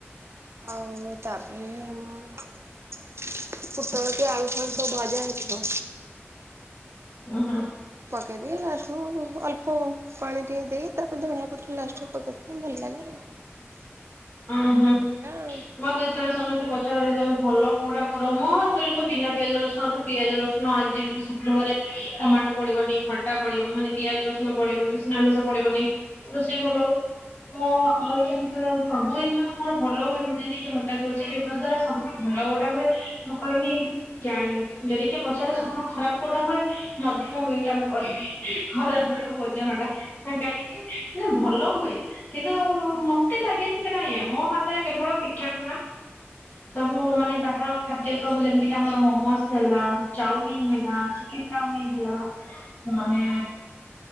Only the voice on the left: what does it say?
ଉ ହୁଁ।
ଉ, ହୁଁ।
ମତେ ଯେତେବେଳେ ସମ ମତେ ପଚାର ତମେ ଭଲ କଉଟା କର, ମୋର ହାତଳେ ତ ବିନା ପିଆଜ ରସୁଣଠୁ ପିଆଜ ରସୁଣ ଆଜି ଯେମିତି ଶୁକ୍ରବାର ଟମାଟ ପଡିବନି, ଖଟା ପଡିବନି, ମାନେ ପିଆଜ ରସୁଣ ପଡିବନି, ଉଷନା ଆମିଷ ପଡିବନି। ରୋଷେଇ ଭଲ ହବ ତ <unintelligible> ସବୁ ଜିନିଷ ତ ମୋର ଭଲ ହୁଏ ଯେମିତି କିଏ ହଠାତ୍ ବଚେ ଯୋ ଦ୍ଵାରା ସବୁଠୁ ଭଲ ଗୋଉଟା ହୁଏ, ମୁଁ କହିବି ଜାଣିନି। ଯଦି କିଏ ପଚାରେ ସବୁଠୁ ଖରାପ କଉଟା ହୁଏ, ମଧ୍ୟମ <unintelligible> ଟା ମୁଁ କହିବି। ଖରାପ ବେଳ ଓଜନ ଟା ନା କାହିଁକି ନା ଭଲ ହୁଏ କିନ୍ତୁ ମତେ ଲାଗେନି ସେଟା ଏ ମୋ ହାତରେ କେବଳ ପିଠା ପଣା, ସବୁ ମାନେ ବାହାର ଖାଦ୍ୟ ସବୁ ଯେମିତି ଆମର ମୋମୋସ୍ ହେଲା, ଚାଉମିନ ହେଲା, କି ଚାମିନ ହେଲା, ମାନେ